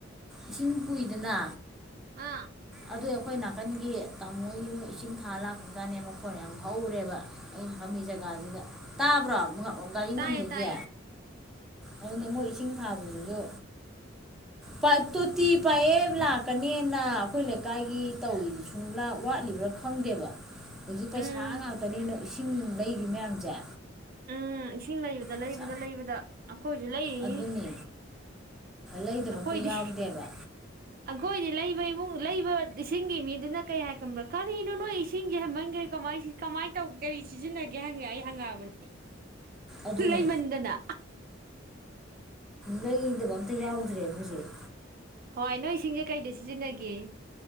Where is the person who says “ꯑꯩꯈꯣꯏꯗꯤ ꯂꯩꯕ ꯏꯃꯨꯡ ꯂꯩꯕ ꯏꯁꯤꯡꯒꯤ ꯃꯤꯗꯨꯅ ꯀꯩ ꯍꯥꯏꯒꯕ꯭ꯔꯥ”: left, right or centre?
Right